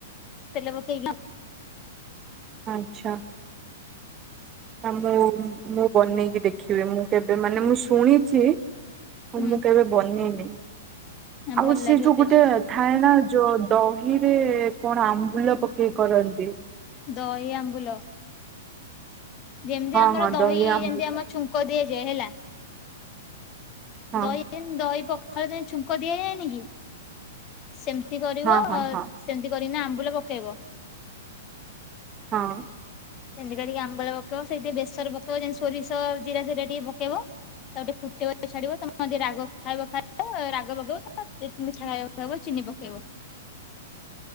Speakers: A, on the left; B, on the right.
A: ତେଲ ପକେଇକିନା
B: ଆଚ୍ଛା।
A: ହୁଁ।
B: ନା ମୁଁ ମୁଁ ବନେଇକି ଦେଖିବି ମୁଁ କେବେ ମାନେ ମୁଁ ଶୁଣିଚି
A: ହୁଁ
B: ମୁଁ କେବେ ବନେଇନି ଆଉ
A: ଭଲ
B: ସେ
A: ଲାଗିବ
B: ଯୋଉ
A: ଟେଷ୍ଟ।
B: ଗୋଟେ ଥାଏ ଣା ଯୋ ଦହିରେ କଣ ଆମ୍ବୁଲ ପକେଇ କରନ୍ତି।
A: ଦହି ଆମ୍ବୁଲ। ଯେମିତି
B: ହଁ
A: ଆମର
B: ହଁ
A: ଦହି
B: ଆମ୍ବୁଲ
A: ଯେମତି ଆମର ଛୁଙ୍କ ଦିଆଯାଏ ହେଲା
B: ହଁ
A: ଦହି ହିନ ଦହି ପଖାଳ ଯାଏ ଛୁଙ୍କ ଦିଆଯାଏନି କି ସେମିତି କରିବ
B: ହଁ ହଁ ହଁ
A: ସେମିତି କରିକିନା ଆମ୍ବୁଲ ପକେଇବ।
B: ହଁ।
A: ସେମିତି କରିକି ଆମ୍ବୁଲ ପକେଇବ ସେଇତିରେ ବେସର ପକେଇବ ଯେମିତି ସୋରିଷ ଜିରା ସେଟା ଟିକେ ପକେଇବ। ତାକୁ ଟିକ ଫୁଟେଇବା ଛାଡିବ ତମେ ହଁ ଯିଏ ରାଗ ଖାଇବ ଖାଇବ ରାଗ ପକେଇବ ଯିଏ ମିଠା ଖାଇବ ଚିନି ପକେଇବ।